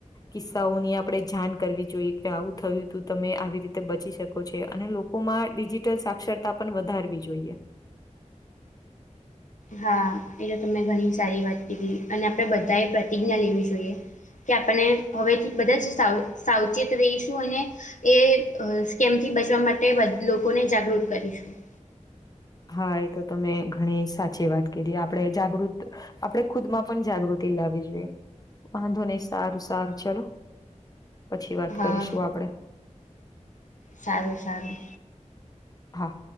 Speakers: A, on the left; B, on the left.
A: કિસ્સાઓની આપણે જાણ કરવી જોઈએ કે આવું થયું તું તમે આવી રીતે બચી શકો છો અને લોકો લોકોમાં ડિજિટલ સાક્ષરતા પણ વધારવી જોઈએ.
B: હા એ તો તમે ઘણી સારી વાત કીધી અને આપણે બધાએ પ્રતિજ્ઞા લેવી જોઈએ. કે આપને હવેથી બધા જ સાવ સાવચેત રહીશું અને એ ક સ્કેમથી બચવા માટે બધ લોકોને જાગૃત કરીશું.
A: હા એ તો તમે ઘણી સાચી વાત કધી આપણે જાગૃત આપણે ખુદ માં પણ જાગૃતિ લાવવી જોઈએ. વાંધો નહી સારું સારું ચલો પછી વાત
B: હા
A: કરીશું આપડે.
B: સારું સારું.
A: હા.